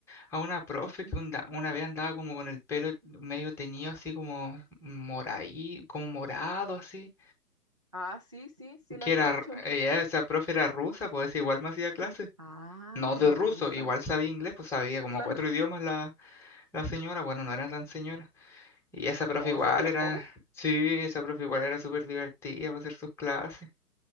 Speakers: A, in the centre; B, on the right.
A: a una profe
B: Ujú.
A: que un da- una vez andaba como con el pelo medio teñido, así como moraí, como morado, así.
B: Ah, sí, sí, sí la
A: que
B: cacho.
A: era, ella, esa profe era rusa, pues igual me hacía clases.
B: Ah,
A: No de
B: era
A: ruso,
B: rusa.
A: igual sabía inglés, pues sabía como
B: Claro.
A: cuatro idiomas
B: <laughs>
A: la, la señora, bueno, no era tan señora. Y esa profe
B: No,
A: igual
B: se veía
A: era,
B: joven.
A: sí, esa profe igual era súper divertida para hacer sus clases.